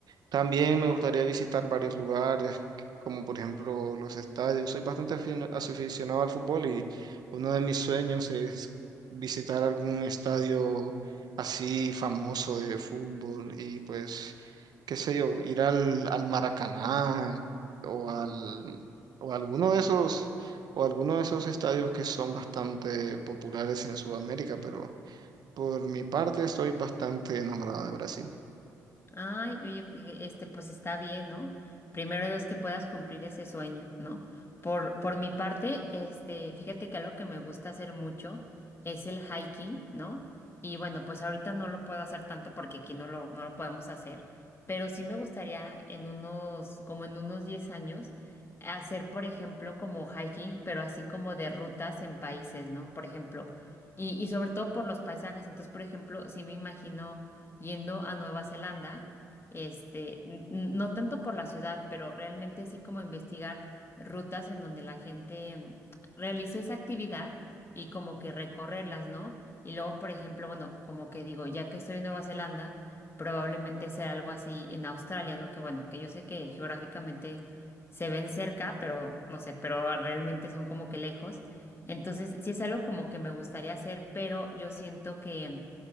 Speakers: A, on the right (about 55°); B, on the left (about 30°).
A: También me gustaría visitar varios lugares, como por ejemplo los estadios. Soy bastante afino- aficionado al fútbol y uno de mis sueños es visitar algún estadio así famoso de fútbol y pues, qué sé yo, ir al, al Maracaná o al o alguno de esos o alguno de esos estadios que son bastante populares en Sudamérica, pero por mi parte estoy bastante enamorado de Brasil.
B: Ay, oye, e- este, pues está bien, ¿no? Primero Dios que puedas cumplir ese sueño, ¿no? Por, por mi parte, este, fíjate que algo que me gusta hacer mucho es el hiking, ¿no? Y bueno, pues ahorita no lo puedo hacer tanto porque aquí no lo, no lo podemos hacer, pero sí me gustaría en unos, como en unos 10 años, hacer, por ejemplo, como hiking, pero así como de rutas en países, ¿no? Por ejemplo, y, y sobre todo por los paisajes. Entonces, por ejemplo, sí me imagino yendo a Nueva Zelanda, este, n- no tanto por la ciudad, pero realmente así como investigar rutas en donde la gente mm, realice esa actividad y como que recorrerlas, ¿no? Y luego, por ejemplo, bueno, como que digo, ya que estoy en Nueva Zelanda, probablemente hacer algo así en Australia, ¿no? Que bueno, que yo sé que geográficamente se ven cerca, pero no sé, pero realmente son como que lejos. Entonces, sí es algo como que me gustaría hacer, pero yo siento que